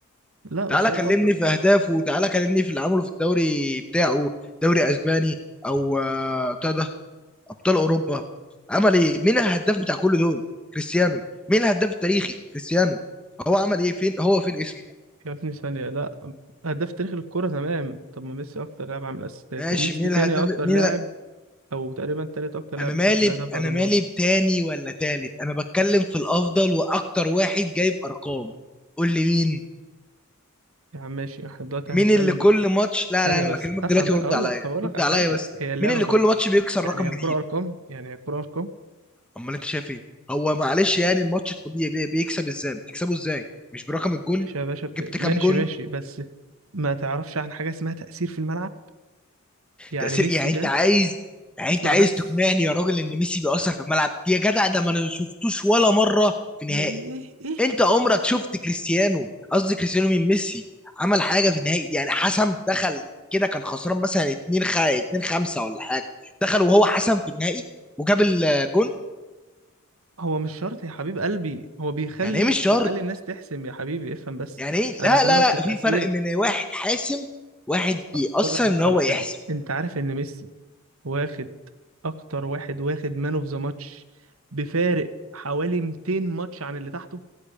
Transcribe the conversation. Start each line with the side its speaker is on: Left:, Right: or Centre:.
Right: لا
Centre: تعالى
Right: بس هو
Centre: كلمني
Right: الافضل
Centre: في اهدافه تعالى كلمني في اللي عمله في الدوري بتاعه دوري اسباني او آه، بتاع ده ابطال اوروبا عمل ايه مين الهداف بتاع كل دول كريستيانو مين الهداف التاريخي كريستيانو هو عمل ايه فين هو فين اسمه
Right: يا ابني ثانيه لا هداف تاريخ الكوره تمام طب ما ميسي اكتر لاعب عامل اسيستات
Centre: ماشي
Right: وميسي
Centre: مين
Right: تاني
Centre: الهداف
Right: اكتر
Centre: مين
Right: لاعب
Centre: ال...
Right: او تقريبا تالت اكتر لاعب
Centre: انا
Right: مسجل
Centre: مالي
Right: اهداف
Centre: ب...
Right: بعد
Centre: انا
Right: رونالدو
Centre: مالي بتاني ولا تالت انا بتكلم في الافضل واكتر واحد جايب ارقام قول لي مين
Right: يا عم ماشي <laughs> احنا دلوقتي هنتكلم
Centre: مين اللي كل
Right: بقى.
Centre: ماتش لا
Right: ثانيه
Centre: لا انا
Right: بس
Centre: بكلمك
Right: افهم
Centre: دلوقتي
Right: بس
Centre: ورد
Right: اقول
Centre: عليا
Right: لك طب اقول لك
Centre: رد
Right: على
Centre: عليا
Right: حاجه
Centre: بس
Right: هي اللعبه
Centre: مين اللي
Right: كل
Centre: كل ماتش بيكسر
Right: يعني
Centre: رقم
Right: هي الكوره
Centre: جديد
Right: ارقام يعني هي الكوره ارقام
Centre: امال انت شايف ايه هو معلش يعني الماتش الطبيعي بي- بيكسب ازاي بتكسبه ازاي مش برقم الجون
Right: ماشي يا باشا بت...
Centre: جبت
Right: ماشي
Centre: كام جون
Right: ماشي بس ما تعرفش عن حاجة اسمها تأثير في الملعب يعني
Centre: تأثير
Right: ميسي
Centre: يعني انت
Right: ده
Centre: عايز يعني
Right: اسمع
Centre: انت عايز
Right: بس
Centre: تقنعني يا راجل ان ميسي بيأثر في الملعب يا جدع ده ما انا شفتوش ولا مرة في نهائي
Right: ايه ايه ايه إيه؟
Centre: انت عمرك شفت كريستيانو قصدي كريستيانو من ميسي عمل حاجة في نهائي يعني حسم دخل كده كان خسران مثلا 2 خ... 2 5 ولا حاجة دخل وهو حسم في النهائي وجاب الجون
Right: هو مش شرط يا حبيب قلبي هو بيخلي
Centre: يعني ايه مش شرط
Right: بيخلي الناس تحسم يا حبيبي افهم بس
Centre: يعني ايه
Right: انا
Centre: لا
Right: بكلمك
Centre: لا لا
Right: في التأثير
Centre: في فرق من واحد حاسم واحد بيأثر
Right: اقول لك بس
Centre: ان هو
Right: على حاجة
Centre: يحسم
Right: انت عارف ان ميسي واخد اكتر واحد واخد مان اوف ذا ماتش بفارق حوالي 200 ماتش عن اللي تحته